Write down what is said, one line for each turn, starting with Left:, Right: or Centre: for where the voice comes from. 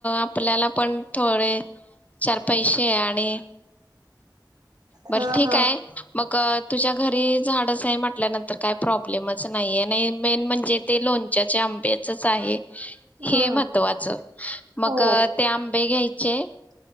Left: आपल्याला पण थोडे चार पैसे आहे आणि बर
Right: हा
Left: ठीक
Right: हा
Left: आहे. मग तुझ्या घरी झाडच आहे म्हटल्यानंतर काय प्रॉब्लेमच नाहीये आणि मेन म्हणजे ते लोणच्याच्या आंब्याचच आहे. हे
Right: हा
Left: महत्त्वाचं मग
Right: हो
Left: ते आंबे येईल. जे